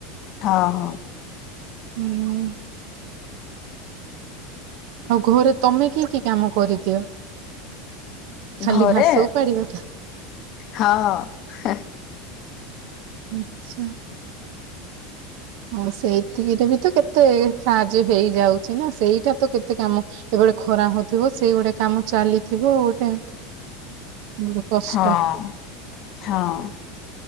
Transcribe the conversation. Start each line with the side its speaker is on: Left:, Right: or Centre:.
Left: ହଁ ହଁ।
Right: ହୁଁ। ଆଉ ଘରେ ତମେ କି କି କାମ କରିଦିଅ? ଖାଲି
Left: ଘରେ
Right: ଘାସ ଉପାଡିବା ଟା
Left: ହଁ ହେଁ।
Right: ଆଚ୍ଛା। ହଁ ସେଇଥିକିରେ ବି ତ କେତେ ସାହାଯ୍ୟ ହେଇଯାଉଚି, ନା ସେଇଟା ତ କେତେ କାମ ଏପଟେ ଖରା ହୋଉଥିବ ସେଇ ଗୋଟେ କାମ ଚାଲିଥିବ। ଗୋଟେ ବଡ କଷ୍ଟ।
Left: ହଁ ହଁ।